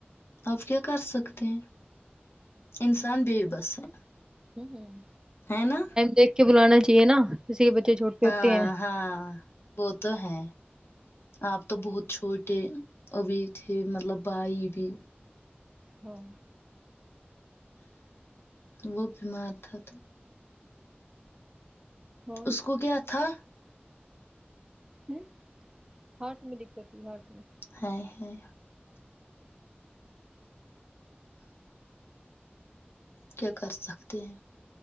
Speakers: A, on the left (about 75°); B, on the right (about 20°).
A: آپ کیا کر سکتے ہیں انسان بے بس ہے
B: ہ ہوں
A: ہے نا
B: دیک بلانا چاہیے ن کسی کے بچے چھوٹے
A: ہاں
B: ہوتے ہیں
A: ہاں وہ تو ہے آپ تو بہت چھوٹے ابھی تھے مطلب بھائی بھی
B: ہاں
A: وہ بیمار تھا تو
B: اور
A: اس کو کیا تھا
B: ہ ہارٹ میں دقت ت ہرٹ میں
A: ہ ہاں کیا کر سکتے ہیں